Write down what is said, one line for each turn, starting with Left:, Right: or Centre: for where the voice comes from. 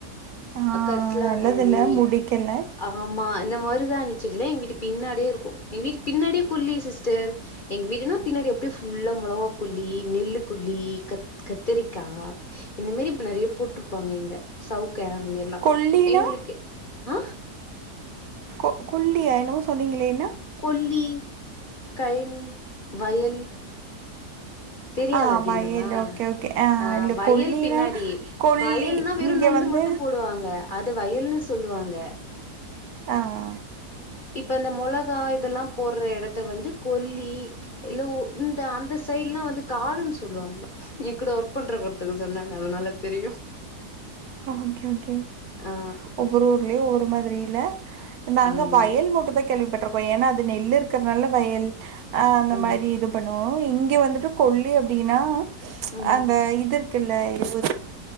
Right: ஆ
Left: அ கர்சலாங்கண்ணி
Right: நல்லதில்ல, முடிக்கல.
Left: ஆமா இந்த மருதாணி செடியிலா எங்க வீட்டு பின்னாடியே இருக்கு எங்க வீட்டு பின்னாடியே குள்ளி சிஸ் டர் எங்க வீடுனா பின்னாடி அப்படியே ஃபுல்லா மொளகாப்புல்லி நெல்லுக்கு புளி கத் கத்திரி தா இந்த மாரி இப்ப நெறயா பூக்குது ப்பாங்க இங்க சவுக்க அந்த மாரிலா
Right: கொல்லினா?
Left: எங்களுக்கு ஆ
Right: கொ கொல்லியா என்னமோ சொன்னீங்களே என்ன?
Left: கொல்லி கயனி வயல் தெரியாத
Right: ஆ
Left: அப்டின்னா
Right: வயல். Okay, okay.
Left: ஆ
Right: இல்ல
Left: வயல்
Right: கொல்லினா,
Left: பின்னாடி
Right: கொல்லி
Left: வயல்னா வெறு
Right: இங்க
Left: நெல்லு
Right: வந்து
Left: மட்டு போடுவாங்க அது வயல்ன்னு சொல்லுவாங்க
Right: ஆ ஆ
Left: இப்ப இந்த மோலக் த்தா இதெல்லா போட்ற எடத் இத வந்து கொல்லி இல்ல இந்த அந்த சைடலா வந்து காடுன்னு சொல்லுவாங்க நீ கூட ஒரு லவ் பண்ற ஒருத்தவங்க் சொன்னாங்க அதனால தெரியும்
Right: ஓ ஓகே ஓகே
Left: ஆ
Right: ஒவ்வொரு ஊர்லயு ஒவ்வொரு மாரி புரியில நாங்க
Left: ஆமா
Right: வயல் மட்டு தா கேள்விப்பட்றோ இப்ப ஏனா அது நெல்லு இருக்கனால வயல் அ அந்த
Left: ஆ
Right: மாரி இது பண்ணுவோ இங்க வந்துட்டு கொல்லி அப்படின்னா
Left: ம்
Right: அந்த இது இல்ல இரு <inaudible>